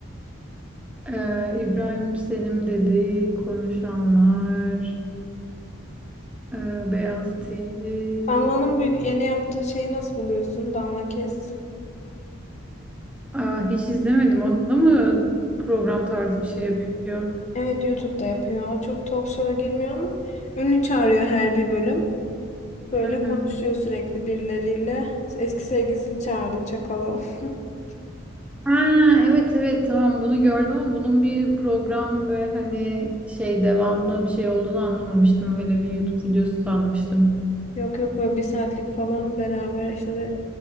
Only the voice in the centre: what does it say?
Ee, İbrahim Selim dedi, Konuşanlar, ee, Beyaz TV.
Aa, hiç izlemedim. O da mı program tarzı bir şey yapıyor?
Hı hı.
Ha, evet evet tamam bunu gördüm ama bunun bir program ve hani şey devamlı bir şey olduğunu anlamamıştım. Öyle bir YouTube videosu sanmıştım.